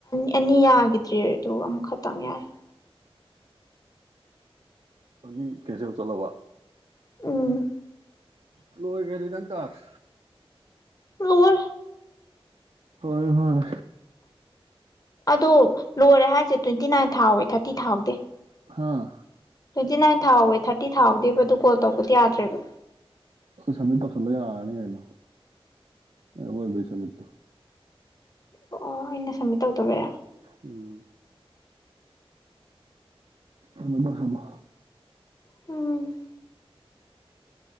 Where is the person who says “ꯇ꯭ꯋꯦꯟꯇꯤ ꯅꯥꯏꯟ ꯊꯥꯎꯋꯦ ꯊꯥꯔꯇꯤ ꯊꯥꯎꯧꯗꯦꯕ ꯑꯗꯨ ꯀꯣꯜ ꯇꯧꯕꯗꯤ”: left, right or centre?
Left